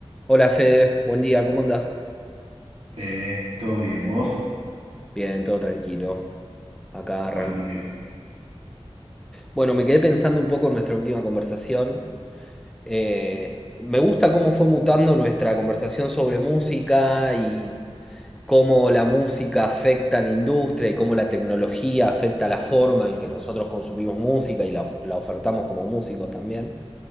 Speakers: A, in the centre; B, on the right.
A: Hola Fede, buen día, ¿cómo andás?
B: Eh, ¿todo bien vos?
A: Bien, todo tranquilo. Acá arranco.
B: Bueno, me alegro.
A: Bueno, me quedé pensando un poco en nuestra última conversación. Eh, me gusta cómo fue mutando nuestra conversación sobre música y cómo la música afecta a la industria y cómo la tecnología afecta la forma en que nosotros consumimos música y la, of- la ofertamos como músicos también.